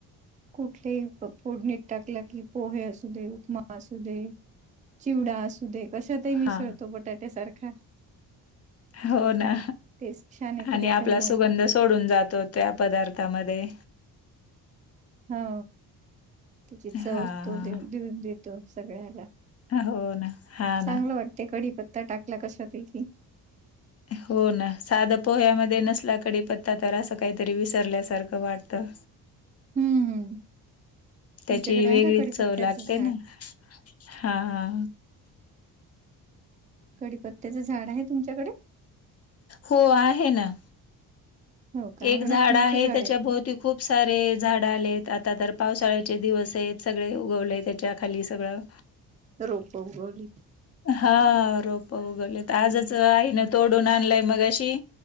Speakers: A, on the right; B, on the left.
A: कुठले फोडणीत टाकला कि पोहे अस दे उपमा असू दे, चिवडा असू दे, कशतही मिसळतो
B: हा
A: बटाट्या सारखा.
B: हो ना.
A: टेस्ट छान येते
B: आणि
A: त्याच्यामुळे
B: आपला सुगंध सोडून जातो त्या पदार्थामध्ये.
A: हा. त्याची चवतो
B: हा
A: दे देऊन देतो सगळ्याला.
B: अ हो ना. हां
A: चांगलं
B: ना.
A: वाटते कढीपत्ता टाकला कशा तेची.
B: हो ना. साध पोह्यामध्ये नसला का कडीपत्ता तर असं काहीतरी विसरल्यासारखं वाटतं.
A: हम्म
B: त्याची
A: तुमच्याकडे
B: वेगळीच
A: आहे का कडीपत्त्याचं
B: चव लागते
A: झाड
B: ना. हा हा.
A: कडीपत्त्याचं झाड आहे तुमच्याकडे?
B: हो आहे ना.
A: हो का
B: एक
A: अंगणात
B: झाड
A: मोठं
B: आहे,
A: झाड
B: त्याच्या भोवती
A: का
B: खूप सारे झाड आलेत, आता तर पावसाळ्याचे दिवस आहेत. सगळे उगवलेय त्याच्या खाली सगळं.
A: रोप उगवलीत.
B: हा रोप उगवलीत, आजच आईन तोडून आणलंय मगाशी.